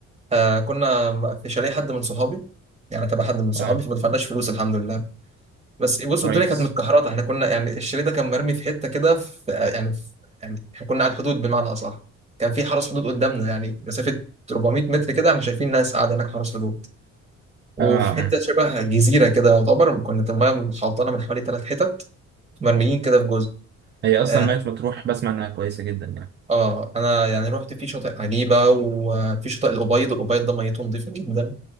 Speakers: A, on the right (about 20°); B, on the right (about 35°).
A: آه، كنا في شاليه حد من صحابي يعني تبع حد من صحابي
B: اه
A: فما دفعناش فلوس الحمد لله بس بص
B: كويس
A: الدنيا كانت متكهرطه احنا كنا يعني الشاليه ده كان مرمي في حته كده في يعني في يعني احنا كنا على الحدود بمعنى اصح كان في حرس حدود قدامنا يعني مسافه 400 متر كده احنا شايفين ناس قاعده هناك حرس حدود وفي
B: اه
A: حته
B: آه.
A: شبه جزيره كده يعتبر كنا المايه محوطانه من حوالي ثلاث حتت مرميين كده في جزء
B: هي اصلا
A: اه,
B: ميت مطروح بسمع انها كويسه جدا يعني
A: آه انا يعني رحت في شاطئ عجيبه وفي شاطئ الأبيض الأبيض ده ميته نظيفه جدا